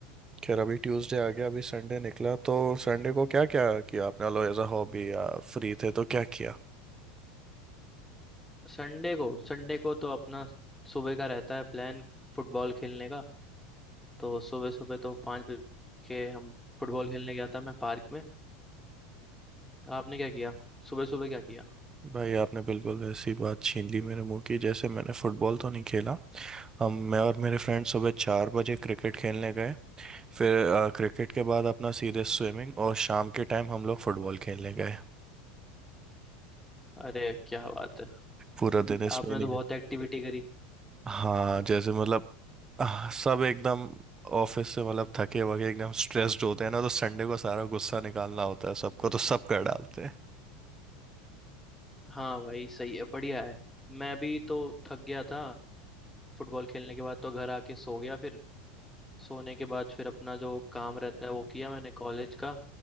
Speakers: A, on the right (about 15°); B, in the centre.
A: खैर अभी ट्यूसडे आ गया अभी संडे निकला तो संडे को क्या क्या किया आपने लो एज अ हॉबी या फ्री थे तो क्या किया
B: संडे को संडे को तो अपना सुबह का रहता है प्लान फुटबॉल खेलने का तो सुबह सुबह तो पाँच बजे के हम फुटबॉल खेलने गया था मैं पार्क में आपने क्या किया सुबह सुबह क्या किया
A: भाई आपने बिल्कुल ऐसी बात छीन ली मेरे मुंह की जैसे मैंने फुटबॉल तो नहीं खेला हम मैं और मेरे फ्रेंड सुबह चार बजे क्रिकेट खेलने गए फिर अ, क्रिकेट के बाद अपना सीधे स्विमिंग और शाम के टाइम हम लोग फुटबॉल खेलने गए
B: अरे क्या बात है
A: पूरा दिन इसमें
B: आपने
A: ही
B: तो
A: निकल
B: बहुत एक्टिविटी करी
A: हाँ जैसे मतलब आह, सब एकदम ऑफिस से मतलब थके वके एकदम स्ट्रेस्ड होते हैं ना तो संडे को सारा गुस्सा निकालना होता है सबको तो सब कर डालते हैं
B: हाँ भाई सही है बढ़िया है मैं भी तो थक गया था फुटबॉल खेलने के बाद तो घर आके सो गया फिर सोने के बाद फिर अपना जो काम रहता है वो किया मैंने कॉलेज का